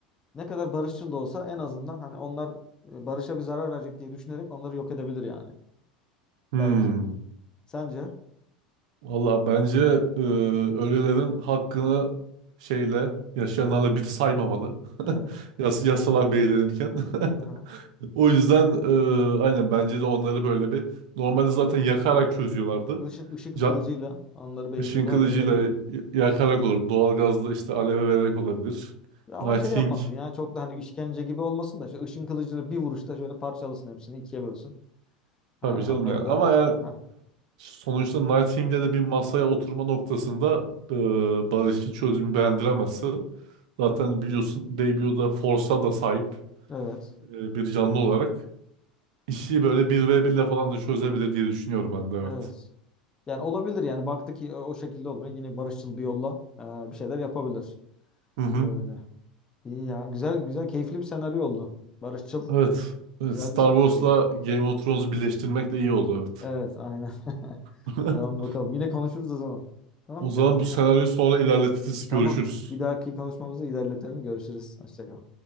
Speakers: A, on the left; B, on the right.
A: ne kadar barışçıl da olsa en azından hani onlar e, barışa bir zarar verecek diye düşünerek onları yok edebilir yani.
B: hmm.
A: Belki. Sence?
B: Valla bence e, ölülerin hakkını şeyle yaşayanlarla bir saymamalı. <laughs>
A: Evet.
B: Yas yasalar belirlenirken.
A: Hı hı.
B: <laughs> O yüzden e, aynen bence de onları böyle bir normalde zaten yakarak çözüyorlardı.
A: Işın, ışın
B: Ca
A: kılıcıyla onları Baby
B: ışın
A: Yoda
B: kılıcıyla
A: halleder gibi.
B: y- yakarak olur. Doğalgazla işte aleve vererek olabilir.
A: Ama
B: Night
A: şey
B: King
A: yapmasın ya çok da hani işkence gibi olmasın da şu ışın kılıcıyla bir vuruşta şöyle parçalasın hepsini ikiye bölsün. Ha,
B: tabii canım
A: onları
B: ya. Ama
A: da.
B: ya
A: Ha,
B: Sonuçta Nightingale'de bir masaya oturma noktasında e, barışçı çözümü beğendiremezse zaten
A: hı hı.
B: biliyorsun Debio da Force'a da sahip
A: Evet.
B: e, bir canlı olarak işi böyle bir ve birle falan da çözebilir diye düşünüyorum ben de evet.
A: Evet. Yani olabilir yani baktı ki o o şekilde olmuyor. Yine barışçıl bir yolla e, bir şeyler yapabilir.
B: Hı hı.
A: Öyle. İyi ya. Güzel güzel keyifli bir senaryo oldu. Barışçıl.
B: Evet. Evet,
A: Güzel
B: Star
A: bir senaryo
B: Wars'la
A: oldu.
B: Game of Thrones'u birleştirmek de iyi oldu evet.
A: Evet aynen. <laughs>
B: <laughs>
A: Tamam bakalım. Yine konuşuruz o zaman. Tamam
B: O
A: kendine
B: zaman bu senaryoyu
A: iyi bak.
B: sonra ilerletiriz
A: Tamam.
B: görüşürüz.
A: Bir dahaki konuşmamızda ilerletelim. Görüşürüz. Hoşça kal.